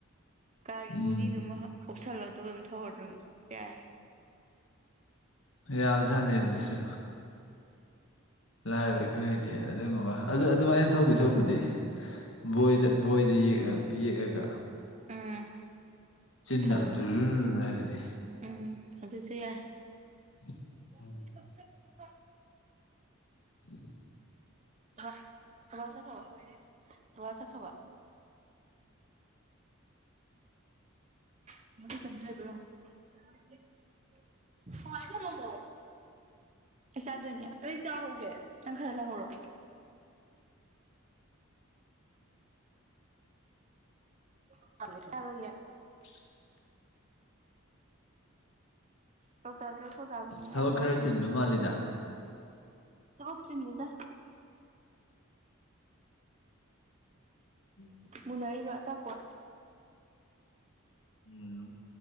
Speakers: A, on the right (about 30°); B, on the left (about 65°).
A: ꯀꯥꯔꯒꯤ
B: ꯎꯝ
A: ꯕꯣꯗꯤꯗꯨꯃ ꯎꯞꯁꯜꯂꯣ ꯗꯨꯒ ꯗꯨꯝ ꯊꯧꯔ ꯗꯨꯝ ꯌꯥꯏ
B: ꯌꯥꯕꯖꯥꯠꯅꯤ ꯗꯨꯁꯨ ꯂꯥꯏꯔꯕ ꯑꯩꯈꯣꯏꯒꯤꯗꯤ ꯑꯗꯨꯒꯨꯝꯕ ꯑꯗꯨ ꯑꯗꯨꯃꯥꯏꯅ ꯊꯧꯗꯣꯏ ꯁꯔꯨꯄꯨꯗꯤ ꯕꯣꯏꯗ ꯕꯣꯏꯗ ꯌꯦꯛꯑ ꯌꯦꯛꯑꯒ
A: ꯎꯝ
B: ꯆꯤꯟꯅ
A: ꯊꯧꯔꯣ
B: ꯙꯨꯔ ꯍꯥꯏꯕꯗꯤ
A: ꯎꯝ ꯑꯗꯨꯁꯨ ꯌꯥꯏ
B: <inaudible>
A: <unintelligible>
B: <inaudible>
A: <unintelligible> ꯕꯥꯕꯥ ꯆꯠꯈ꯭ꯔꯕꯣ <unintelligible> <unintelligible> ꯑꯩ ꯆꯥꯗꯣꯏꯅꯦ ꯑꯩ ꯆꯥꯍꯧꯒꯦ ꯅꯪ ꯈꯔ ꯂꯧꯍꯧꯔꯣ <unintelligible>
B: <inaudible>
A: <unintelligible> ꯂꯧꯊꯣꯛ ꯑ ꯆꯥꯕꯅꯤ
B: ꯊꯕꯛ
A: ꯌꯥꯝ ꯍꯥꯎꯔꯤꯖꯦ
B: ꯈꯔ ꯆꯤꯟꯕ ꯃꯥꯜꯂꯤꯗ
A: ꯊꯕꯛ ꯆꯤꯟꯗꯦꯗ
B: ꯎꯝ
A: ꯃꯨꯟꯅꯔꯤꯕ ꯑꯆꯥꯄꯣꯠ
B: ꯎꯝ